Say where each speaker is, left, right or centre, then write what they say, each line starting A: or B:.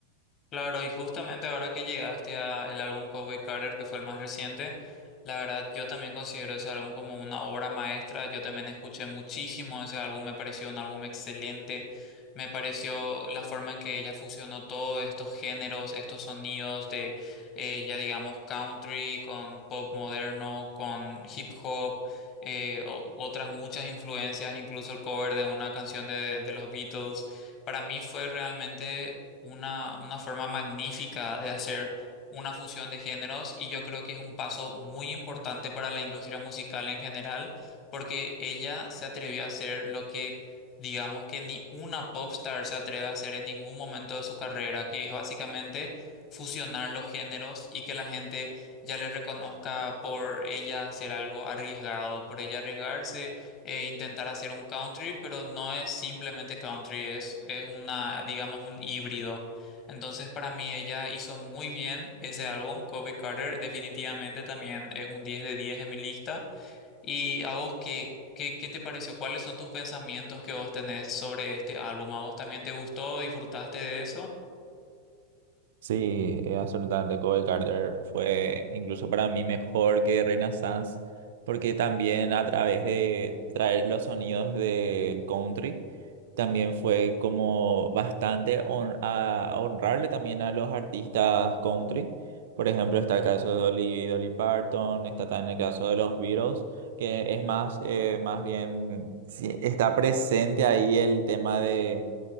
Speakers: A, on the left; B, on the right.
A: Claro, y justamente ahora que llegaste a el álbum Cowboy Carter, que fue el más reciente, la verdad yo también considero ese álbum como una obra maestra. Yo también escuché muchísimo ese álbum, me pareció un álbum excelente. Me pareció la forma en que ella fusionó todos estos géneros, estos sonidos de eh, ya digamos country con pop moderno, con hip hop, eh, o- otras muchas influencias, incluso el cover de una canción de de los Beatles. Para mí fue realmente una, una forma magnífica de hacer una fusión de géneros y yo creo que es un paso muy importante para la industria musical en general, porque ella se atrevió a hacer lo que digamos que ni una popstar se atreve a hacer en ningún momento de su carrera, que es básicamente fusionar los géneros y que la gente ya le reconozca por ella hacer algo arriesgado, por ella arriesgarse eh, intentar hacer un country, pero no es simplemente country, es, es una, digamos, un híbrido. Entonces, para mí, ella hizo muy bien ese álbum. Kobe Carter definitivamente también es un 10 de 10 en mi lista. ¿Y a vos qué, qué, qué te pareció? ¿Cuáles son tus pensamientos que vos tenés sobre este álbum? ¿A vos también te gustó? ¿Disfrutaste de eso?
B: Sí, eh, absolutamente. Cowboy Carter fue incluso para mí mejor que Reina Renaissance, porque también a través de traer los sonidos del country, también fue como bastante hon- a, a honrarle también a los artistas country. Por ejemplo, está el caso de Dolly, Dolly Parton, está también el caso de los Beatles, que es más, eh, más bien, sí, está presente ahí el tema de